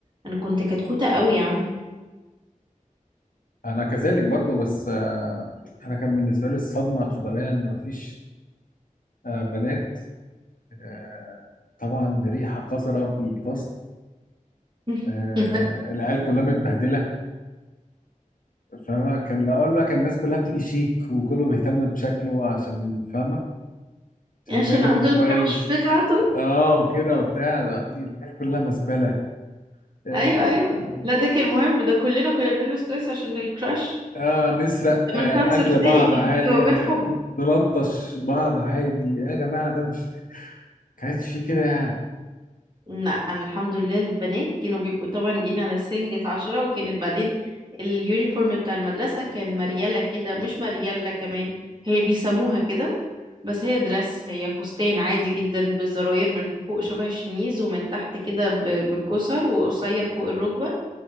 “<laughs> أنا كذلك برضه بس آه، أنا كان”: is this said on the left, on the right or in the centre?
Left